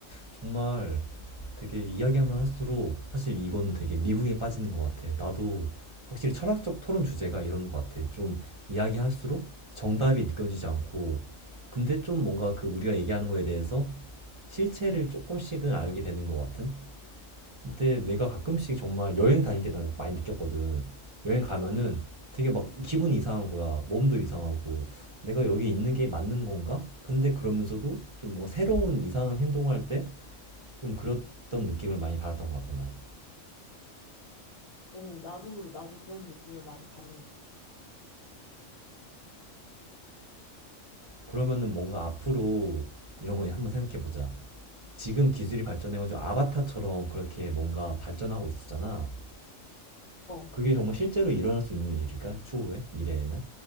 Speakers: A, on the right (about 45°); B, on the left (about 55°).
A: 정말 되게 이야기만 할수록 사실 이거는 되게 미국에 빠지는 것 같아. 나도 확실히 철학적 토론 주제가 이런 것 같아. 좀 이야기할수록 정답이 느껴지지 않고, 근데 좀 뭔가 그 우리가 얘기하는 거에 대해서 실체를 조금씩은 알게 되는 것 같은? 근데 내가 가끔씩 정말 여행 다닐 때도 많이 느꼈거든. 여행 가면은
B: 어,
A: 되게 막 기분이 이상한 거야. 몸도 이상하고. 내가 여기 있는 게 맞는 건가? 근데 그러면서도 좀 뭔가 새로운 이상한 행동을 할 때 좀 그랬던 느낌을 많이 받았던 것 같아, 난.
B: 어, 나도, 나도 그런 느낌을 많이 받는 거.
A: 그러면은 뭔가 앞으로 이런 거 한번 생각해 보자. 지금 기술이 발전해가지고 아바타처럼 그렇게 뭔가 발전하고 있었잖아.
B: 어.
A: 그게 정말 실제로 일어날 수 있는 일일까? 추후에? 미래에는?